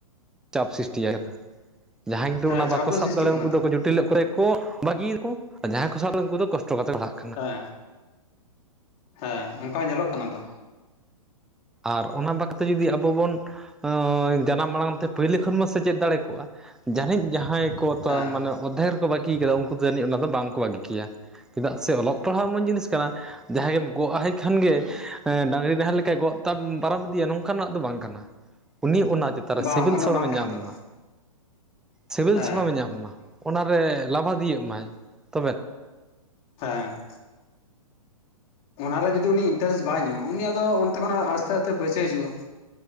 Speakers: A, in the centre; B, on the left.
A: ᱪᱟᱯ ᱥᱨᱤᱥᱴᱤ ᱟᱠᱟᱱᱟ᱾ ᱡᱟᱦᱟᱸᱭ ᱫᱚ
B: ᱦᱮᱸ
A: ᱚᱱᱟ
B: ᱪᱟᱯ
A: ᱵᱟᱠᱚ ᱥᱟᱵ
B: ᱥᱨᱤᱥᱴᱤᱜ
A: ᱫᱟᱲᱮᱼᱟ ᱩᱱᱠᱩ
B: ᱠᱟᱱᱟ
A: ᱫᱚᱠᱚ
B: ᱛᱚ
A: ᱡᱚᱴᱮ ᱞᱮᱜ ᱠᱚᱨᱮ ᱠᱚ ᱵᱟᱹᱜᱤᱭᱟᱠᱚ ᱟᱨ ᱡᱟᱦᱟᱸᱭ ᱠᱚ ᱥᱟᱵ ᱠᱚ ᱩᱱᱠᱩ ᱫᱚ ᱠᱚᱥᱴᱚ ᱠᱟᱛᱮ ᱠᱚ ᱟᱲᱦᱟᱜ
B: ᱦᱮᱸ ᱦᱮᱸ ᱚᱱᱠᱟ ᱧᱮᱞᱚᱜ ᱠᱟᱱᱟ ᱛᱚ᱾
A: ᱟᱨ ᱚᱱᱟ ᱵᱟᱠᱷ ᱛᱮ ᱡᱩᱫᱤ ᱟᱵᱚ ᱵᱚᱱ ᱦᱳᱭ ᱡᱟᱱᱟᱢ ᱟᱲᱟᱝ ᱛᱮ ᱯᱳᱭᱞᱳ ᱠᱷᱚᱱᱢᱟ ᱥᱮᱪᱮᱫ ᱫᱟᱲᱮ ᱠᱚᱜᱼᱟ ᱡᱟᱹᱱᱤᱡ ᱡᱟᱦᱟᱸᱭ ᱠᱚ ᱛᱟ
B: ᱦᱮᱸ
A: ᱢᱟᱱᱮ ᱚᱫᱷᱮᱠ ᱨᱮᱠᱚ ᱵᱟᱹᱜᱤᱭ ᱠᱟᱫᱟ ᱩᱱᱠᱩ ᱫᱚ ᱡᱟᱹᱱᱤᱡ ᱚᱱᱟᱫᱚ ᱵᱟᱝᱠᱚ ᱵᱟᱹᱜᱤ ᱠᱮᱭᱟ ᱪᱮᱫᱟᱜ ᱥᱮ ᱚᱞᱚᱜ ᱯᱟᱲᱦᱟᱣ ᱮᱢᱚᱱ ᱡᱤᱱᱤᱥ ᱠᱟᱱᱟ᱾ ᱡᱟᱦᱟᱸᱭ ᱜᱮᱢ ᱜᱚᱜ ᱟᱭᱦᱟᱭ ᱠᱷᱟᱱ ᱜᱮ ᱰᱟᱝᱨᱤ ᱰᱟᱦᱟᱞᱮᱠᱟᱭ ᱜᱚᱜᱼᱼ ᱯᱟᱨᱚᱢ ᱤᱫᱤᱭᱟ ᱱᱚᱝᱠᱟᱱᱟᱜ ᱫᱚ ᱵᱟᱝ ᱠᱟᱱᱟ, ᱩᱱᱤ ᱚᱱᱟ ᱪᱮᱛᱟᱱ ᱨᱮ
B: ᱵᱟᱝ
A: ᱥᱤᱵᱤᱞ
B: ᱚᱱᱠᱟᱱᱟᱜ
A: ᱥᱚᱲᱚᱢᱮ
B: ᱵᱟᱝ ᱠᱟᱱᱟ
A: ᱧᱟᱢ
B: ᱛᱚ
A: ᱢᱟ᱾ ᱥᱤᱵᱤᱞ
B: ᱦᱮᱸ
A: ᱥᱚᱲᱚᱢᱮ ᱧᱟᱢ ᱢᱟ, ᱚᱱᱟᱨᱮ ᱞᱟᱵᱷᱟᱫᱤᱭᱟᱹᱜ ᱢᱟᱭ᱾ ᱛᱚᱵᱮ
B: ᱦᱮᱸ᱾ ᱚᱱᱟᱨᱮ ᱡᱩᱫᱤ ᱩᱱᱤ ᱤᱱᱴᱟᱨᱮᱥᱴ ᱵᱟᱭ ᱧᱟᱢᱟ ᱩᱱᱤ ᱟᱫᱚ ᱚᱱᱛᱮ ᱠᱷᱚᱱᱟᱜ ᱟᱥᱛᱮᱼᱟᱥᱛᱮ ᱯᱟᱹᱭᱥᱮᱜ ᱦᱤᱡᱩᱜᱼᱟ᱾